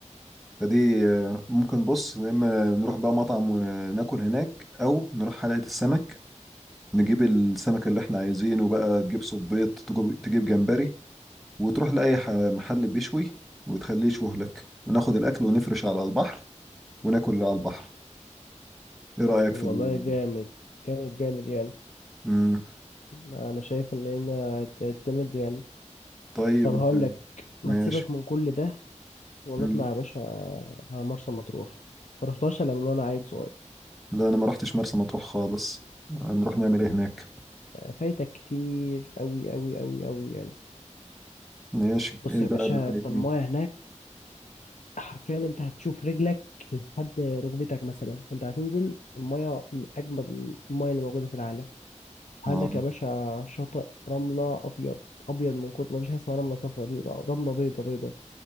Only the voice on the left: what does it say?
طب
والله
جامد جامد جامد يعني
انا شايف ان هنا هتعتمد يعني
طب هقول
لك ما
تسيبك من كل ده ونطلع
يا باشا على مرسى مطروح ما رحتهاش الا من وانا عيل صغير
فايتك كتير قوي قوي قوي قوي يعني
بص
يا
باشا
انت المايه هناك حرفيا انت هتشوف رجلك لحد ركبتك مثلا انت هتنزل المايه من اجمد المايه اللي موجوده في العالم عندك
يا باشا شاطئ رمله ابيض ابيض من كتر ما فيش حاجه اسمها رمله صفرا دي رمله بيضه بيضه